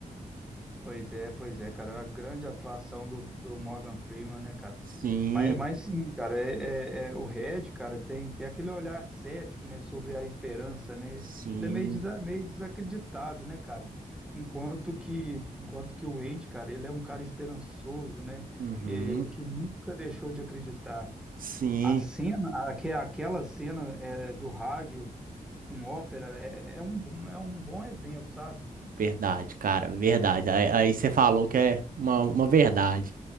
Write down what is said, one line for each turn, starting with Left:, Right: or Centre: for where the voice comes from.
Centre: Pois é, pois é, cara. A grande atuação do, do Morgan Freeman, né, cara?
Right: Sim,
Centre: Mas, mas sim, cara, é, é- é- o Red, cara, tem, tem aquele olhar cético, né, sobre a esperança, né?
Right: sim,
Centre: Ele é meio, desa- meio desacreditado, né, cara? Enquanto que, enquanto que o Andy, cara, ele é um cara esperançoso, né?
Right: uhum,
Centre: É, que nunca deixou de acreditar.
Right: sim,
Centre: A cena, aque- aquela cena é, do rádio com ópera é, é um, é um bom exemplo, sabe?
Right: verdade, cara, verdade. Aí, aí você falou que é uma, uma verdade.